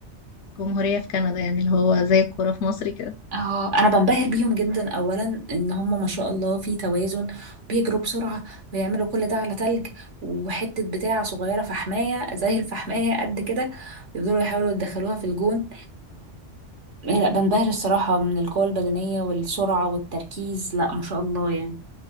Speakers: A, on the left; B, on the right.
A: الجمهورية في كندا يعني اللي هو زي الكورة في مصر كده
B: اه انا بنبهر بيهم جدا اولا ان هم ما شاء الله في توازن بيجروا بسرعة بيعملوا كل ده على تلج وحتة بتاع صغيرة فحماية زي الفحماية قد كده يفضلوا يحاولوا يدخلوها في الجون لا بنبهر الصراحة من القوة البدنية والسرعة والتركيز لا ما شاء الله يعني